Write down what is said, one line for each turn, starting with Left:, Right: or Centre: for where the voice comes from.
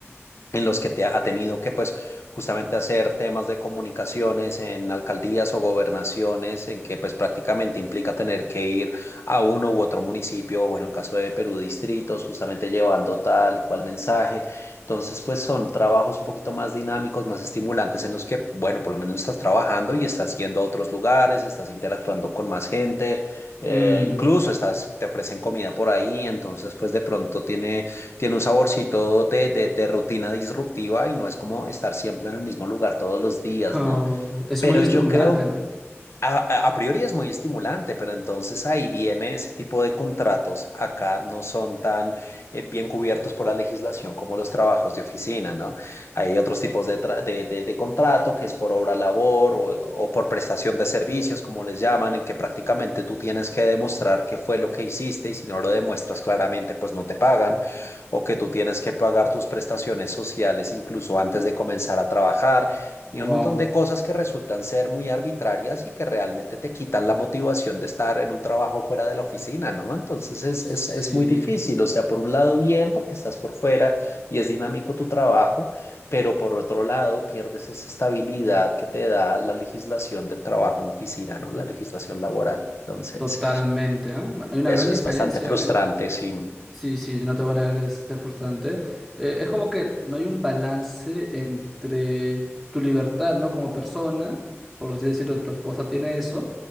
Left: en los que te ha tenido que, pues, justamente hacer temas de comunicaciones en alcaldías o gobernaciones, en que, pues, prácticamente implica tener que ir a uno u otro municipio, o, bueno, en el caso de Perú, distritos, justamente llevando tal y cual mensaje. Entonces, pues, son trabajos un poquito más dinámicos, más estimulantes, en los que, bueno, por lo menos estás trabajando y estás yendo a otros lugares, estás interactuando con más gente, eh,
Centre: mm,
Left: incluso estás, te ofrecen comida por ahí, entonces, pues, de pronto tiene tiene un saborcito de, de, de rutina disruptiva y no es como estar siempre en el mismo lugar todos los días,
Centre: oh,
Left: ¿no?
Centre: es
Left: Pero
Centre: muy estimulante,
Left: yo creo
Centre: ¿no?
Left: a, a priori es muy estimulante, pero entonces ahí viene ese tipo de contratos. Acá no son tan eh, bien cubiertos por la legislación como los trabajos de oficina, ¿no? Hay otros tipos de, tra- de, de- de contrato que es por obra labor o, o por prestación de servicios, como les llaman, en que prácticamente tú tienes que demostrar qué fue lo que hiciste y si no lo demuestras claramente, pues no te pagan, o que tú tienes que pagar tus prestaciones sociales incluso antes de comenzar a trabajar y
Centre: Wow.
Left: un montón de cosas que resultan ser muy arbitrarias y que realmente te quitan la motivación de estar en un trabajo fuera de la oficina, ¿no? Entonces es,
Centre: Sí,
Left: es, es muy difícil, o sea, por un lado bien porque estás por fuera y es dinámico tu trabajo, pero por otro lado pierdes esa estabilidad que te da la legislación del trabajo en oficina, ¿no? La legislación laboral. Entonces,
Centre: totalmente, ¿eh? Hay una
Left: eso
Centre: gran diferencia,
Left: es bastante frustrante,
Centre: ¿eh?
Left: sí.
Centre: Sí, sí, no te voy a negar que es frustrante. Eh, es como que no hay un balance entre tu libertad, ¿no? Como persona, por así decirlo, tu esposa tiene eso,